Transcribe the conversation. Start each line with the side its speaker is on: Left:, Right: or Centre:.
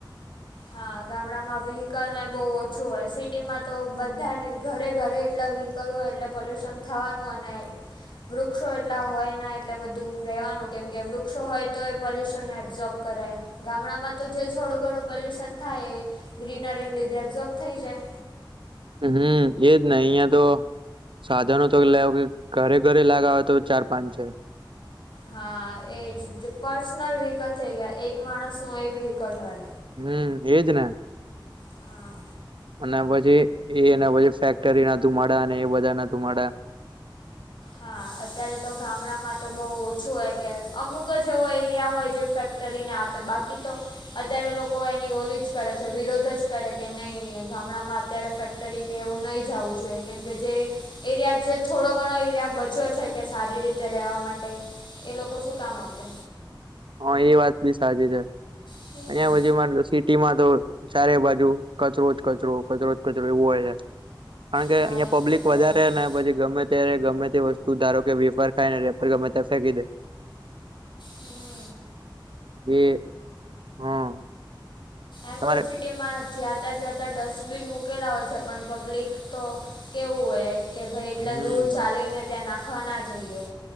Left: હા ગામડામાં વ્હકલ ને બહુ ઓછું હોય સિટીમાં તો બધાની ઘરે ઘરે એટલા વ કરું હોય એટલે પોલ્યુશન થવાનું અને
Right: <inaudible>
Left: વૃક્ષો એટલા હોય ના એટલે બધું રહેવાનું કેમ કે વૃક્ષો હોય તો એ પોલ્યુશનને એબ્ઝોર્બ કરે ગામડામાં તો જે થોડું ઘણું પોલ્યુશન થાય એ ગ્રીનરીને લીધે એબ્ઝોર્બ થઈ જાય
Right: હમ એજ ન અહિયાં તો સાધનો તો લેવ ઘરે ઘરે લાગાવ તો ચાર પાંચ છે
Left: હા એજ પર્સનલ વ્હકલ થઈ ગયા એક માણસ નો એક વ્હીકલ હોય
Right: હમ એજ ને
Left: હા
Right: અને પછી એને પછી ફેક્ટરી ના મળ એ બધા ના મળ <inaudible>
Left: હા અત્યારે તો ગામડામાં તો બહુ ઓછું હોય કે અમુક જ એવો એરિયા હોય જે ફેક કરીને આપે બાકી તો અત્યારે લોકો એની ઓલી જ કરે છે વિરોધ જ કરે કે નહી ગામડામાં અત્યારે ફેક્ટરી કે એવું નહીં જવું જોઈએ કેમ કે જે એરિયા જે થોડો ઘણો ત્યાં બચ્યો છે કે સારી રીતે રહેવા માટે એ લોકો શું કામ આપે
Right: હા એ વાત બી સાચી છે
Left: હમ
Right: અહિયાં હછુ મારે સિટીમાં તો ચારે બાજુ કચરો જ કચરો કચરો જ કચરો એવો હોય છે કારણ કે
Left: હા
Right: અહિયાં
Left: એ
Right: પબ્લિક
Left: તો રહેવાનું
Right: વધારે ને પછી ગમે અત્યારે ગમે તે વસ્તુ ધારો કે વેપર ખાય ને રેપર ગમે ત ફેંકી દે
Left: હમ
Right: એ હા
Left: એમ
Right: તમારે
Left: તો સિટીમાં જાતાં જ્યાતાં ડસ્ટબિન મૂકેલા હોય છે પણ પબ્લિક તો કેવું હોય કે ભાઈ એટલે
Right: હમ
Left: દૂર ચાલીને ત્યાં નાખવા ના જઈએ